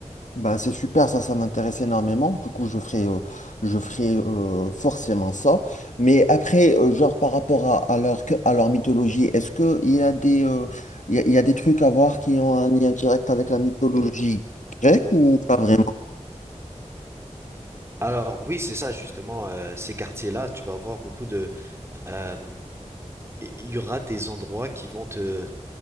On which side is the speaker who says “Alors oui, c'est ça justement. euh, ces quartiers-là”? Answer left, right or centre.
Right